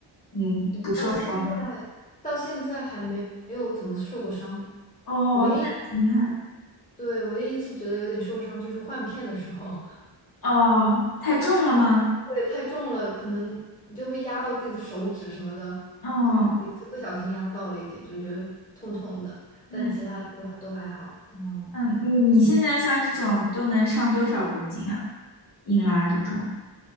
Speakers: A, on the left; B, on the left.
A: 嗯，不受伤的？
B: 到现在，到现在还没没有怎么受过伤，
A: 哦，
B: 唯一，
A: 那很厉害。
B: 对，唯一一次觉得有点受伤就是换片的时候。
A: 哦，太重了吗？
B: 对，太重了，可能就会压到自己的手指什么的，
A: 哦，
B: 就有一次不小心压到了一点，就觉得痛痛的，但其他都还都还好。
A: 嗯
B: 嗯，
A: 嗯，你你现在像这种都能上多少公斤啊？硬拉这种？